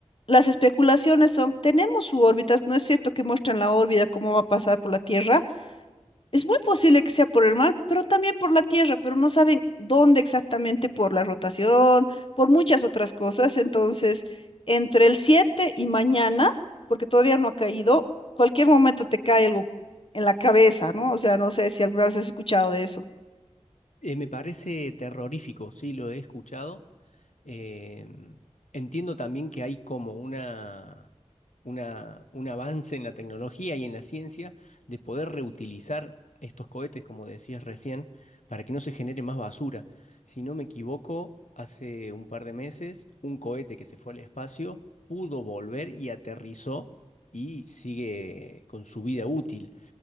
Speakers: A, on the left; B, on the left.
A: las especulaciones son, tenemos su órbita, no es cierto que muestran la órbita, cómo va a pasar por la Tierra, es muy posible que sea por el mar, pero también por la tierra, pero no saben dónde exactamente por la rotación, por muchas otras cosas. Entonces, entre el 7 y mañana, porque todavía no ha caído, cualquier momento te cae algo en la cabeza, ¿no? O sea, no sé si alguna vez has escuchado de eso.
B: Eh, me parece terrorífico, sí, lo he escuchado. Eh, entiendo también que hay como una, una, un avance en la tecnología y en la ciencia de poder reutilizar estos cohetes, como decías recién, para que no se genere más basura. Si no me equivoco, hace un par de meses, un cohete que se fue al espacio pudo volver y aterrizó y sigue con su vida útil.